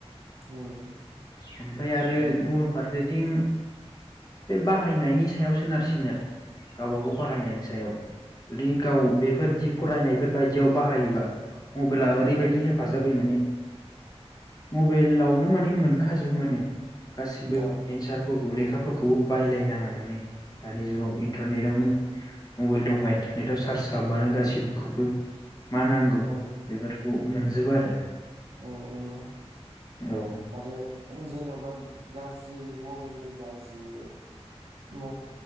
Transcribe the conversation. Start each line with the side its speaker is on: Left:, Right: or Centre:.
Right: उम
Left: ओमफाय आरो
Right: माने
Left: गुबुन फारसे थिं बे बाहायनायनि सायाव सोनार सिगोन आरो गावबा
Right: औ
Left: गाव बाहायनायनि सायाव जुदि गाव बे फोर दि फरायनायफोर बायदियाव बाहायोबा मबाइला ओरैबायदि
Right: औ
Left: हेफाजाब होयो माने मबेलाव नो माने मोन खाजुबो मोने गासिबो
Right: औ
Left: एन्सारफो खौ लेखाफोरखौबो बायलायनाङा माने दानि जुगाव इन्टारनेटावनो मबाइल दंबा इन्टारनेट आव सार्स खालामबानो गासिबखौबो मा नांगौ
Right: औ
Left: बेफोरखौ मोनजोबो आरो। ओ
Right: औ नोंगौ।
Left: औ
Right: आरो जेन'बा गाज्रि मबाइलनि गाज्रि म